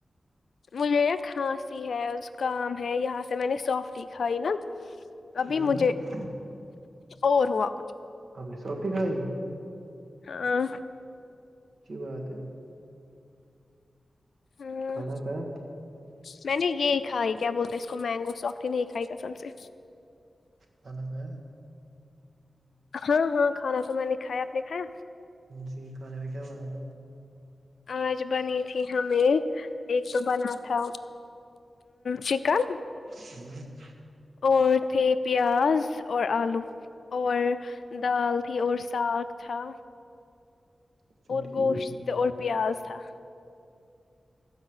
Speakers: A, on the left (about 75°); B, on the right (about 70°).
A: مجھے نا کھانسی ہے زکام ہے یہاں جسے میں نے سافٹی کھائی نا ابھی
B: ہ
A: مجھے اور ہوا کچھ
B: اپ نے سوفٹی کھائی
A: ہاں
B: اچھی بات ہے
A: ہاں
B: کھانا کھایا
A: میں نے یہی کھائی کیا بولتے اس کو مینگو سوفٹی نہیں کھائی قسم سے
B: کھانا کھایا
A: ہاں ہاں کھانا تو میں نے کھایا آپ نے کھایا
B: جی کھانے میں کیا بنا تھا
A: آج بنی تھی ہمیں ایک تو بنا تھا چکن
B: ہمم
A: اور تھے پیاز اور آلو اور دال تھی اور ساگ تھا
B: اچھا
A: اور
B: ٹھیک
A: گوشت اور پیاز تھا